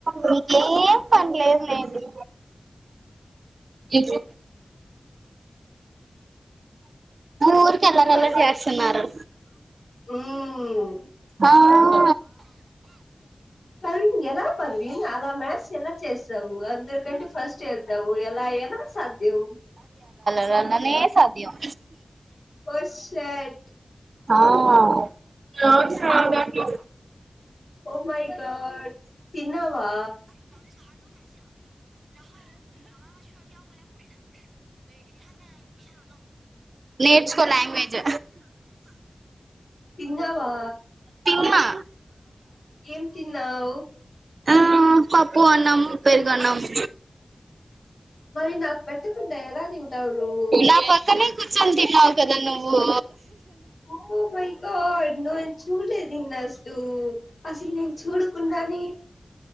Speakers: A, on the right; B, on the left.
A: మీకేం పనిలేదులేండి. ఇచు ఊరికే అల్లరి
B: పర్
A: అల్లరి చేస్తున్నారు.
B: మ్మ్
A: ఆహ్.
B: పర్వీన్ ఎలా పర్వీన్ అలా మ్యాథ్స్ ఎలా చేస్. నువ్వు అందరికంటే ఫస్ట్ హేల్ప్. నువ్వు ఎలా ఎలా సాధ్యం.
A: అన్ననే సాధ్యం.
B: ఓ షేట్.
A: ఆహ్ ఇప్పుడు అవసరమా దాంట్లో.
B: ఓ మై గాడ్ తిన్నావా.
A: నేర్చుకో లాంగ్వేజ్
B: తిన్నావా.
A: తిన్నా
B: ఏం తిన్నావ్.
A: ఆహ్ పప్పు, అన్నము, పెరుగు, అన్నము.
B: మరి నాకు పెట్టకుండా ఎలా తిన్ టావు నువ్వు.
A: నా పక్కనే కూర్చొని తిన్నావ్ కదా నువ్వు.
B: Oh my god. చూడలేదు ఇంకా అసలు. అసలు నేను చూడకుండానే